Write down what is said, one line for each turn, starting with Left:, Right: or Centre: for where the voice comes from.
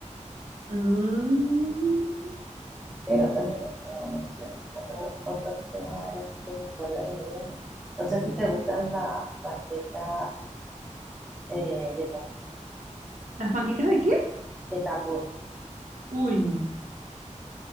Right: Mm.
Centre: pero también es una buena opción. Otra, otra opción, a ver, aquí que me acuerdo de merienda. No sé si te gustan las panquecas eh, de,
Right: ¿Las panquecas de qué?
Centre: de cambur.
Right: Uy, no.